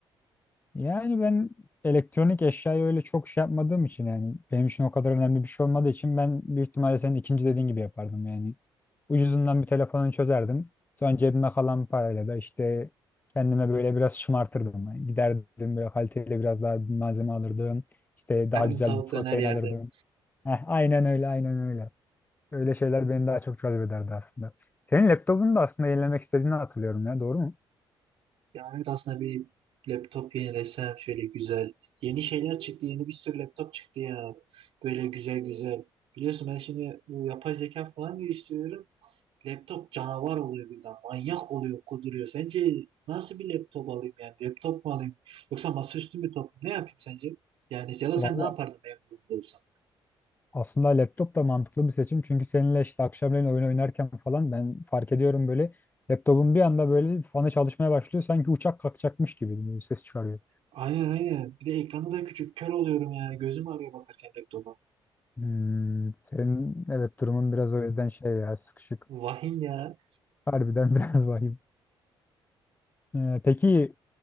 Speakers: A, on the left; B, on the right.
A: Yani ben elektronik eşyayı öyle çok şey yapmadığım için yani benim için o kadar önemli bir şey olmadığı için ben büyük ihtimalle senin ikinci dediğin gibi yapardım yani. Ucuzundan bir telefonunu çözerdim. Sonra cebime kalan parayla da işte kendime böyle biraz şımartırdım. Yani giderdim böyle kaliteli biraz daha bir malzeme alırdım. İşte
B: Her
A: daha
B: gün
A: güzel
B: tavuk
A: bir protein
B: döner yerde
A: alırdım. Heh, aynen öyle aynen öyle. Öyle şeyler beni daha çok cezbederdi aslında. Senin laptopunu da aslında yenilemek istediğini hatırlıyorum ya doğru mu?
B: Ya evet aslında bir laptop yenilesem şöyle güzel. Yeni şeyler çıktı. Yeni bir sürü laptop çıktı ya. Böyle güzel güzel. Biliyorsun ben şimdi bu yapay zeka falan geliştiriyorum. Laptop canavar oluyor birden. Manyak oluyor, kuduruyor. Sence nasıl bir laptop alayım yani? Laptop mu alayım? Yoksa masaüstü mü top? Ne yapayım sence? Yani ya da sen
A: vallahi.
B: ne yapardın memnun durumda olsan?
A: Aslında laptop da mantıklı bir seçim. Çünkü seninle işte akşamleyin oyun oynarken falan ben fark ediyorum böyle laptopun bir anda böyle fanı çalışmaya başlıyor. Sanki uçak kalkacakmış gibi bir ses çıkarıyor.
B: Aynen aynen. Bir de ekranı da küçük. Kör oluyorum yani. Gözüm ağrıyor bakarken laptopa.
A: Hmm, senin evet durumun biraz o yüzden şey ya sıkışık.
B: Vahim ya.
A: Harbiden <laughs> biraz vahim. Ee, peki